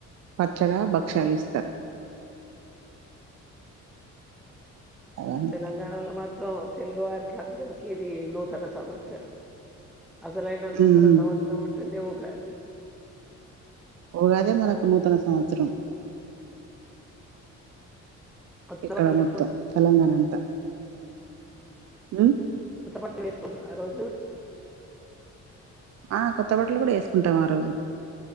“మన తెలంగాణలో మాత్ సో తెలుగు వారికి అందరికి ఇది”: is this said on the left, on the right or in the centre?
Centre